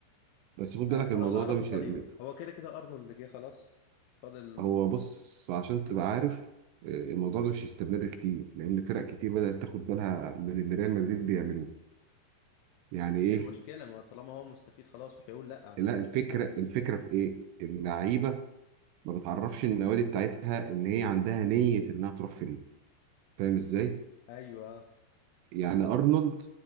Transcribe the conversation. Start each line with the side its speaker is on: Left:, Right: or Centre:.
Right: بس خد بالك
Left: انا
Right: الموضوع
Left: اللي اعرفه
Right: ده مش
Left: صليبه
Right: هي...
Left: هو كده كده ارنولد جه خلاص فاضل
Right: هو بص عشان تبقى عارف آه، الموضوع ده مش هيستمر كتير لان فرق كتير بدات تاخد بالها من اللي ريال مدريد بيعملوه يعني ايه
Left: ايه المشكله ما طالما هو مستفيد خلاص مش هيقول لا عامه
Right: لا الفكره الفكره في ايه اللعيبه ما بتعرفش النوادي بتاعتها ان هي عندها نيه انها تروح فريق فاهم ازاي
Left: ايوه
Right: يعني ارنولد